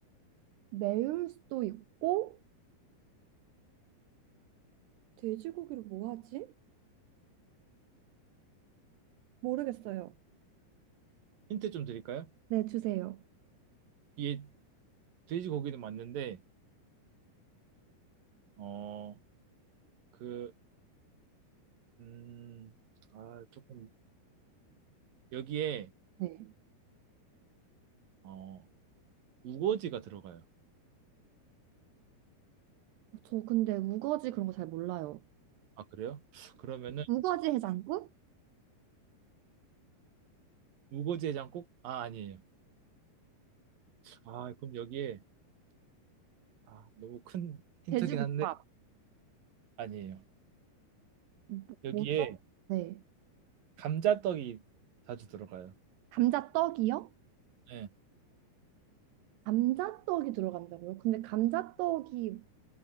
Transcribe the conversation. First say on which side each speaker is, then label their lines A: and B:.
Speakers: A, on the right; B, on the right.
A: 매울 수도 있고, 돼지고기를 뭐 하지? 모르겠어요.
B: 힌트 좀 드릴까요?
A: 네, 주세요.
B: 이게 돼지고기는 맞는데 어, 그 음, 아, 조금 여기에
A: 네.
B: 어, 우거지가 들어가요.
A: 저 근데 우거지 그런 거 잘 몰라요.
B: 아, 그래요? 그러면은
A: 우거지 해장국?
B: 우거지 해장국? 아, 아니에요. 아, 그럼 여기에 아, 너무 큰 힌트긴
A: 돼지국밥.
B: 한데 아니에요.
A: 뭐-
B: 여기에
A: 뭐죠? 네.
B: 감자떡이 자주 들어가요.
A: 감자떡이요?
B: 네.
A: 감자떡이 들어간다고요? 근데 감자떡이